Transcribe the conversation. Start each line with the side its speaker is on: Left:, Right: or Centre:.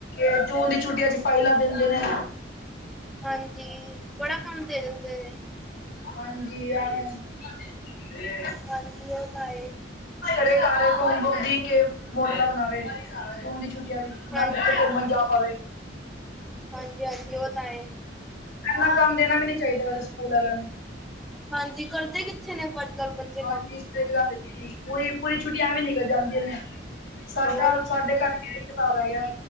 Left: ਇਹ ਜੂਨ ਦੀ ਛੁੱਟੀਆਂ ਚ ਫਾਈਲਾਂ ਦਿੰਦੇ ਨੇ।
Centre: ਹਾਂਜੀ, ਬੜਾ ਕੰਮ ਦੇ ਦਿੰਦੇ ਨੇ।
Left: ਹਾਂਜੀ ਆ ਏ
Centre: ਹਾਂਜੀ ਉਹ ਤਾਂ ਹੈ
Left: ਘਰੇ ਘਰ ਹੋਮਵਰਕ ਦੀ ਕੇ ਮੋਡਲਾਂ ਬਣਾਵੇ ਜੂਨ ਦੀ ਛੁੱਟੀਆਂ ਵਿੱਚ। ਨਾ
Centre: ਹਾਂਜੀ
Left: ਕਿਥੇ ਘੁੰਮਣ ਜਾ ਪਾਵੇ।
Centre: ਹਾਂਜੀ ਹਾਂਜੀ ਉਹ ਤਾਂ ਹੈ
Left: ਇੰਨਾ ਕੰਮ ਦੇਣਾ ਵੀ ਨੀ ਚਾਹੀਦਾ, ਸਕੂਲ ਵਾਲਿਆਂ ਨੂੰ
Centre: ਹਾਂਜੀ, ਕਰਦੇ ਕਿੱਥੇ ਨੇ ਅੱਜ ਕੱਲ੍ਹ ਬੱਚੇ
Left: ਹਾਂਜੀ
Centre: ਕੰਮ
Left: ਸਹੀ ਗੱਲ ਪੂਈ ਪੂਈ ਛੁੱਟੀਆਂ ਐ ਵੀ ਨਿਕਲ ਜਾਂਦੇ ਨੇ ਸਾਡਾ
Centre: ਹੋਰ
Left: ਸਾਡੇ ਘਰ ਹਿਸਾਬ ਹੈਗਾ